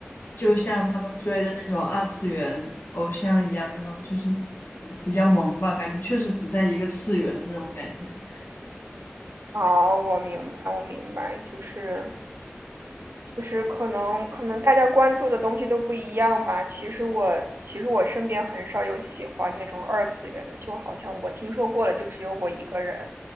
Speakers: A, on the left; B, on the right.
A: 就像他们追的那种二次元偶像一样，那种就是比比较萌吧，感觉确实不在一个次元的那种感觉。
B: 哦，我明白，我明白，就是就是可能可能大家关注的东西都不一样吧。其实我其实我身边很少有喜欢那种二次元的，就好像我听说过了，就只有我一个人。